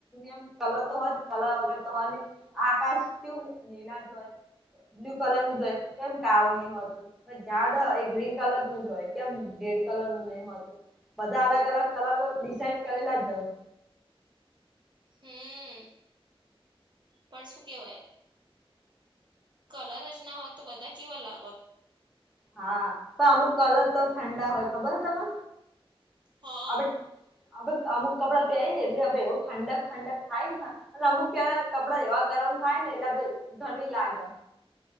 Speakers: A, in the centre; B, on the right.
A: મ કલર તો હોય કલર વગર તો હોય ને આકાશ કયુ નીલા જ હોય. બ્લુ કલર નું જો હોય કેમ કાવ નહ હોતું. બ ઝાડ એ ગ્રીન કલર નું જ હોય કેમ રેડ કલર નું નહી હોતું. બધા અલગ અલગ કલર ડિસઇડ કરેલા જવ.
B: હમ પણ શું કેવાય? કલર જ ના હોત તો બધા કેવા લાગો.
A: હા તો અમુક કલર તો ઠંડા હોય ખબર હો તને
B: હા
A: હવે. હ અમુક કપડાં પહેરીય ને એટલે હ એવું ઠંડક ઠંડક થાય નેને અને અમુક ક કપડા એવા ગરમ થાય ને એટલે ઘણી લાગે.